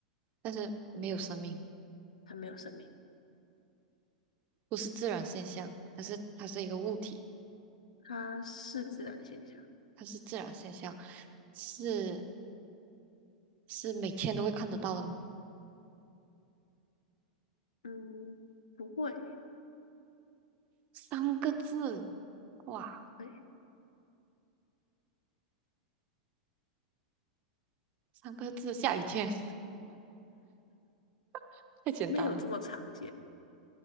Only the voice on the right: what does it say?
但是没有生命，
不是自然现象，但是它是一个物体，
它是自然现象，是是每天都会看得到的吗？
三个字，哇，
三个字，下雨天，<laughs> 太简单了，